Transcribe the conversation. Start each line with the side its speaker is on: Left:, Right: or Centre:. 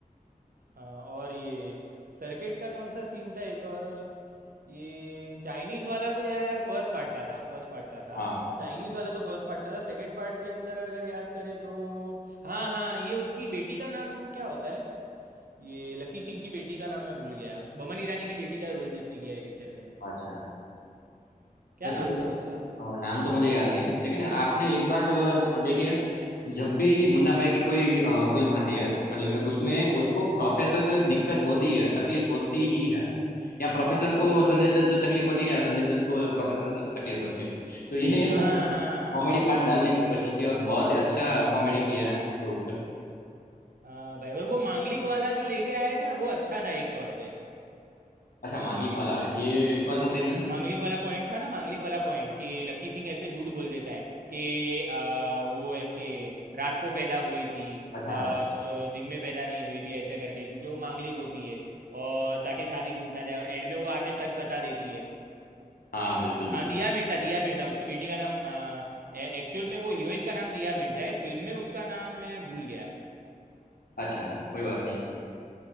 Right: हाँ और ये सर्किट का कौन सा सीन था एक और ये चाइनीज़ वाला तो यार फर्स्ट पार्ट का था फर्स्ट पार्ट का था
Left: हाँ
Right: चाइनीज़ वाला तो फर्स्ट पार्ट का था सेकंड पार्ट के अंदर अगर याद करें तो हाँ हाँ ये उसकी बेटी का नाम क्या होता है ये लकी सिंह की बेटी का नाम मैं भूल गया बमन ईरानी की बेटी का रोल जिसने किया है पिक्चर में
Left: अच्छा
Right: क्या
Left: वैसे
Right: नाम था उसका
Left: अ, नाम तो मुझे याद नहीं है लेकिन आपने एक बात अ, देखी है जब भी मुन्ना भाई की कोई अ, फिल्म आती है मतलब मैं उसमें
Right: हाँ
Left: उसको प्रोफेसर से दिक्कत होती है तकलीफ होती ही है या प्रोफेसर को संजय दत्त से तकलीफ होती है या संजय दत्त को प्रोफेसर से तकलीफ होती है तो ये
Right: हाँ
Left: <laughs> थोड़ा
Right: हाँ
Left: कॉमेडी पार्ट डालने की कोशिश की और बहुत ही अच्छा कॉमेडी किया है इसके ऊपर
Right: हाँ भाई और वो मांगलिक वाला जो लेके आए थे ना वो अच्छा था एक तौर पे
Left: अच्छा मांगलिक वाला ये कौन सा सीन है
Right: मांगलिक वाला पॉइंट था ना मांगलिक वाला पॉइंट कि लक्की सिंह ऐसे झूठ बोल देता है कि आ, वो ऐसे रात को पैदा हुई थी
Left: अच्छा
Right: आ, स- आ, दिन में पैदा नहीं हुई थी ऐसे करके क्योंकि वो मांगलिक होती है और ताकि शादी टूट ना जाए और एंड में वो आके सच बता देती है
Left: हाँ बिल्कुल बिल्कुल
Right: हाँ दिया मिर्ज़ा दिया मिर्ज़ा उसकी बेटी का नाम एक्चुअल में वो हीरोइन का नाम दिया मिर्ज़ा है फिल्म में उसका नाम मैं भूल गया
Left: अच्छा अच्छा कोई बात नहीं